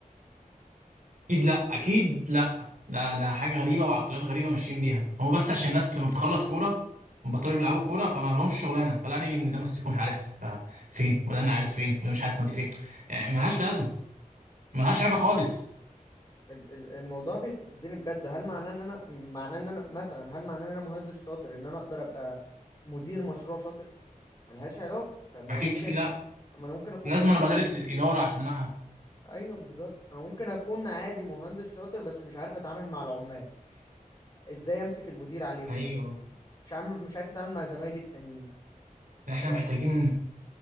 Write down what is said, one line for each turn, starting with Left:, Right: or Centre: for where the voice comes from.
Right: اكيد لا اكيد لا ده ده حاجه غريبه وعقليات غريبه ماشيين بيها هم بس عشان الناس لما بتخلص كوره بطلوا يلعبوا كوره فما لهمش شغلانه فلا نيجي ان ده مسكه مش عارف آه، فين وده انا قاعده فين وده مش عارف نادي فين يعني ملهاش لازمه ملهاش علاقه خالص
Left: ال- ال- الموضوع بيستفزني بجد هل معناه ان انا معناه ان انا مثلا هل معناه ان انا مهندس شاطر ان انا اقدر ابقى مدير مشروع شاطر ملهاش علاقة طب ما
Right: اكيد
Left: انا ممكن
Right: لا
Left: ما انا ممكن اكون
Right: لازم
Left: مهندس
Right: انا بدرس اداره عشان انا ح-
Left: ايوه بالظبط انا ممكن اكون عادي مهندس شاطر بس مش عارف اتعامل مع العمال ازاي امسك المدير عليهم
Right: حقيقي
Left: بقى
Right: والله.
Left: مش عامل مش عارف اتعامل مع زمايلي التانيين
Right: يعني
Left: طب
Right: احنا محتاجين